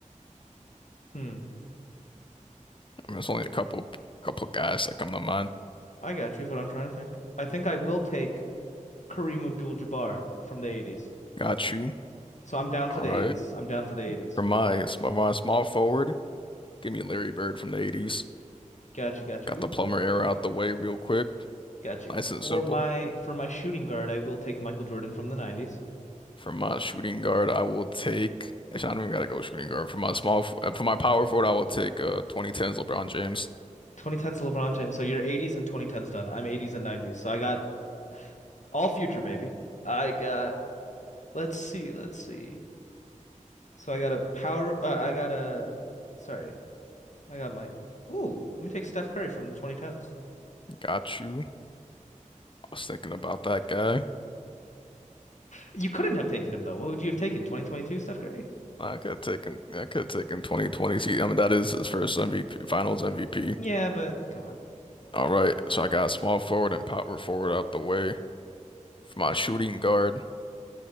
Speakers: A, on the left; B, on the left.
A: Hmm.
B: I mean, it's only a couple, couple of guys that come to mind.
A: I got you, but I'm trying to think. I think I will take Kareem Abdul-Jabbar from the 80s.
B: Got you.
A: So I'm down for
B: All
A: the
B: right.
A: 80s. I'm down for the 80s.
B: For my, for my small forward, give me Larry Bird from the 80s.
A: Got you, got you.
B: Got
A: Ooh,
B: the plumber
A: we're at
B: era
A: 10 on
B: out
A: time.
B: the way real quick.
A: Got you.
B: Nice
A: For
B: and simple.
A: my for my shooting guard, I will take Michael Jordan from the 90s.
B: For my shooting guard, I will take. Actually, I don't even gotta go shooting guard. For my small, f- uh, for my power forward, I will take uh 2010's LeBron James.
A: 2010s LeBron James. So you're 80s and 2010s done. I'm 80s and 90s. So I got all future, baby. I got Let's see. Let's see. So I got a power. Uh, I got a. Sorry, I got my. Ooh, let me take Steph Curry from the 2010s.
B: Got you. I was thinking about that guy.
A: You couldn't have taken him though. What would you have taken? 2022 Steph Curry?
B: I could have taken. I could have taken 2020. See, I mean, that is his first MVP, Finals MVP.
A: Yeah, but come on.
B: All right, so I got small forward and power forward out the way. For my shooting guard,